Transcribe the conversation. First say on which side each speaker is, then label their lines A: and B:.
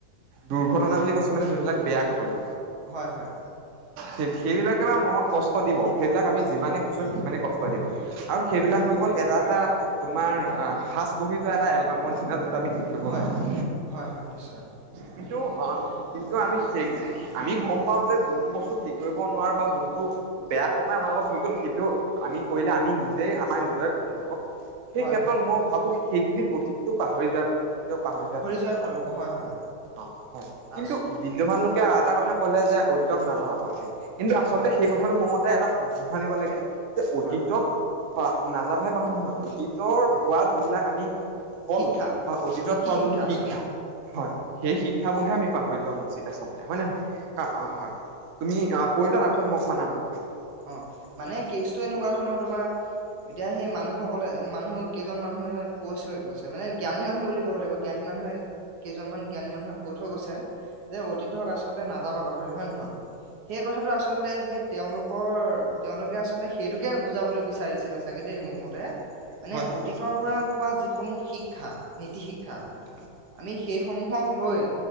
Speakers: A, on the right (about 60°); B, on the right (about 75°).
A: দুৰ্ঘটনা বুলি কৈছো মানে যোনবিলাক বেয়া ঘটনা।
B: হয় হয়।
A: স সেইবিলাকে বাাৰ মনত কষ্ট দিব সেইবিলাক আমি যিমানেই
B: হয় হয়
A: খোচোম সিমানেই কষ্ট দিব। আৰু
B: হয়
A: সেইবিলাক
B: হয়
A: হৈ গ'ল এটা এটা তোমাৰ আহ সাঁচ বহি যোৱা এটা এলবামৰ নিচিনা যোনটো আমি। ঠিক কৰিব
B: হয়
A: নোৱাৰো
B: হয় হয় নিশ্চয়।
A: কিন্তু অ কিন্তু আমি সেই আমি গম পাওঁ যে যোনটো বস্তু ঠিক কৰিব নোৱাৰো বা যোনটো বেয়া সময় আমাৰ লগত হৈ গ'ল সেইটো। আমি কৰিলে
B: হয়
A: আমি নিজেই আমাৰ নিজৰে ক্ষতি হব সেই
B: হয়
A: ক্ষেত্ৰত
B: হয়
A: মই ভাবো। সিনিত অতীতটো পাহৰি যোৱাই ভাল। কিন্তু পাহৰি যোৱা ভাল
B: যোৱাই হ'ব হয় হয়
A: অ হয় কিন্তু
B: আচ
A: বিদ্ধবানলোক। এটা কথা কলে যে অতীতক নাযা পাহৰি কিন্তু আচলতে
B: হয় হয়
A: সেই কথাটো মোৰ মতে। এটা সংশোধনিব লাগে যে অতীতক
B: হয় হয়
A: প নাযাবাহে পাহৰি নহয় অতীত। তৰ
B: হয়
A: পোৱা যোনবিলাক আমি ফল
B: শিক্ষা
A: বা অতীতত
B: নীতি
A: পোৱা যোনটো শিক্ষা
B: আচলতে
A: হয় সেই শিক শিক্ষাবহে আমি পাহৰি যোৱা অনুচিত আচলতে হয় নে নহয় হয় তুমি
B: অ
A: অৈ লোৱা তাৰপিছত মই। মানাপ <unintelligible>
B: অ মানে কেচটো এনেকুৱা ধৰণৰ তোমাৰ এতিয়া সেই মানুহসকলে মানুহ কেইজন মানুহে কৈছে কৈছে মানে জ্ঞানী মানুহ বুলি ক'ব লাগিব জ্ঞানী। মানুহে কেইজনমান জ্ঞানী মানুহে। কৈত থৈ গৈছে যে অতিথ হক আচল্ততে নাযাবা পাহৰি হয়ে নহয়। সেই কথাাতটো আচলতে সেই তেওঁলোক কৰ তেওঁলোকে আচলতে সেইটোকে বুজাবলৈ বিচাৰিছিলে চাগে দেই মোৰ মতে। মানে
A: হয় হয়
B: অতীতৰ
A: আচলতে
B: পৰা
A: হয়
B: পোৱা যিসমূহ শিক্ষা নীতি শিক্ষা
A: হয়
B: আমি সেই সমূহক লৈ